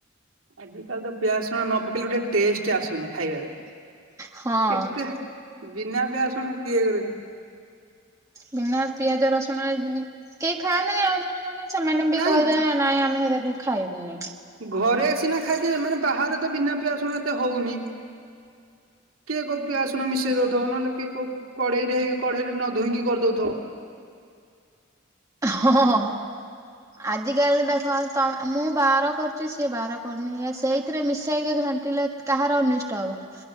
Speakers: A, on the right; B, on the right.
A: ଆଜି କାଲି ତ ପିଆ ଶୁଣ ନ ପକେଇଲେ ଗୋଟେ ଟେଷ୍ଟ ଆସୁନି ଖାଇବାରେ
B: ହଁ
A: କେତେ ବିନା ପିଆଜ ରସୁଣ କିଏ ଏଗୁରା
B: ବିନା ପିଆଜ ରସୁଣରେ କେହି ଖାଉନାଇଁ ଆଉ ଜଣେ ଜଣେ ସେମାନେ ବି
A: ନାଇଁ
B: କହିବେ ନାଇଁ ଆମେ ହେରା କେଇ ଖାଇବୁନି।
A: ଘରେ ସିନା ଖାଇଦେବେ ମାନେ ବାହାରେ ତ ବିନା ପିଆ ଶୁଣ ଏତେ ହଉନି। କିଏ କୋଉ ପିଆ ଶୁଣ ମିଶେଇ ଦଉଥ ନହେଲେ କିଏ କୋଉ କଡ଼େଇରେ ହେଇ କଡ଼େଇରେ ନ ଧୋଇଁକି କରିଦଉଥବ।
B: ହଁ ହଁ। ଆଜିକାଲି ଦେଖ ତ ମୁଁ ବାର କରୁଛି ସିଏ ବାର କରୁନି ଏ ସେଇଥିରେ ମିଶେଇକି ଘା ଟିଲେ କାହାର ଅନିଷ୍ଟ ହବ?